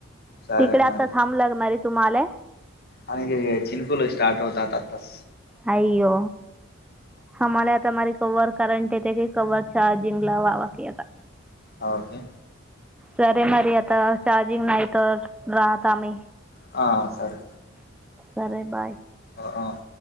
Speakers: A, on the left; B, in the centre.
A: सर
B: तिकडे
A: आहे मारी
B: आता थांब लागणारये तुम्हाला
A: आणि चिनकुल स्टार्ट होतात आतास.
B: आयो हमाला आता मारीत. कव्हर कारंट येते की कव्हर चार्जिंग ला व्हावा की आता
A: ओके.
B: सरे मरी आता चार्जिंग नाही तर राहत आम्ही
A: ह सर.
B: बरय बाय.
A: होव.